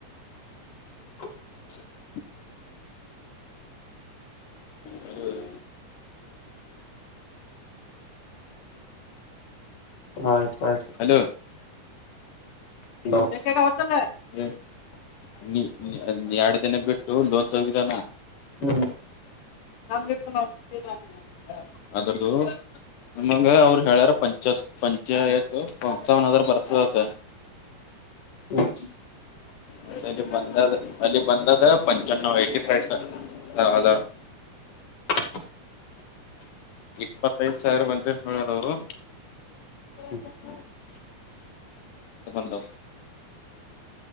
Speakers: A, on the left; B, on the left.
A: ಹ <inaudible>
B: <inaudible> ಹಲೋ <inaudible>
A: ಆಯ್ ಆಯ್ತು
B: ಹಲೊ
A: ಹಲೋ
B: ಗ <unintelligible> <inaudible> ಎರಡ್ ದಿನ ಬಿಟ್ಟು ಲೋನ್ ತಗಿದಾನ
A: ಹ್ಮ್ಮ
B: <inaudible> ಅದುರ್ದು ನಮಗ ಅವರು ಹೇಳಾರ ಪಂಚತ್ ಪಂಚಟ್ಟು ಪಂಚಾವ ಹದ ಬರ್ತದಂತ್
A: ಹ್ಮ್
B: ಮತ್ತೆ ಅಲ್ಲಿ ಬಂದದ ಅಲ್ಲಿ ಬಂದದ ಪಂಚನ್ನವ ಏ್ಟ ಫೈ ಹಾರ್
A: ಹ <inaudible>
B: ಇಪ್ಪತ್ತೈದ ಸಾವಿರ ಬಂತರ ಅವರು ಓದು
A: ಹ್ಮ್
B: <inaudible> ಬಂದವು